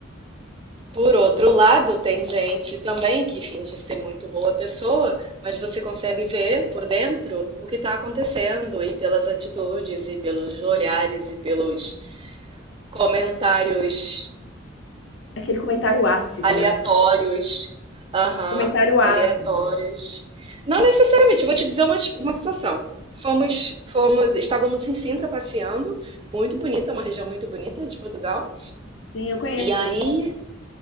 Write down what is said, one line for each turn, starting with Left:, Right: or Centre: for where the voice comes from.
Right: Por outro lado, tem gente também que finge ser muito boa pessoa, mas você consegue ver por dentro o que está acontecendo, e pelas atitudes, e pelos olhares, e pelos comentários
Left: aquele comentário ácido,
Right: aleatórios.
Left: né?
Right: Aham,
Left: Comentário ácido.
Right: aleatórios. Não necessariamente, eu vou te dizer uma, uma situação. Fomos, fomos, estávamos em Sintra passeando, muito bonita, uma região muito bonita de Portugal.
Left: Sim, eu conheço,
Right: E aí,
Left: sim.